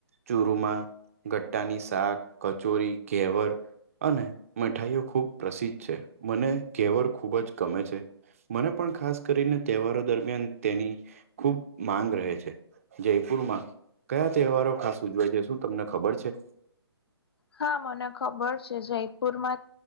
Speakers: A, on the right; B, on the left.
A: ચૂરમાં, ગટ્ટાની શાક, કચોરી, ઘેવર અને મઠાઈઓ ખૂબ પ્રસિદ્ધ છે. મને ઘેવર ખૂબ જ ગમે છે. મને પણ ખાસ કરીને તહેવારો દરમિયાન તેની ખુબ માંગ રહે છે. જયપુરમાં કયા તહેવારો ખાસ ઉજવાય છે? શું તમને ખબર છે?
B: હા, મને ખબર છે જયપુરમાં